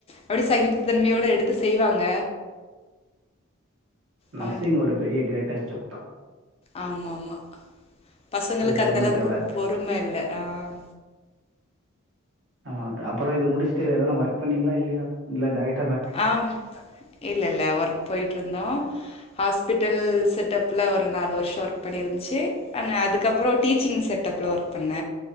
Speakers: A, on the left (about 30°); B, on the right (about 65°).
A: அப்டி சகிப்பு தன்மையோட எடுத்து செய்வாங்க
B: நர்சிங்
A: ஆ
B: ஒரு பெரிய கிரேட்டஸ்ட் ஜாப்தா
A: ஆமாம்மா பசங்களுக்கு
B: பொறுமை
A: அந்த அளவுக்கு
B: தேவை
A: பொறும இல்ல ஆஹ்
B: ஆமா அப்புறம் இது முடிச்சுட்டு ஏதனா ஒர்க் பண்ணீங்களா இல்லையா இல்ல டய்
A: அ ம் இல்ல இல்ல ஒர்க் போய்ட்டுருந்தோ ஹாஸ்பிட்டல் செட்டப்ல ஒரு நாலு வர்ஷோ ஒர்க் பண்ணிருந்துச்சு அந் அதுக்கப்றோ டீச்சிங் செட்டப்ல ஒர்க் பண்ண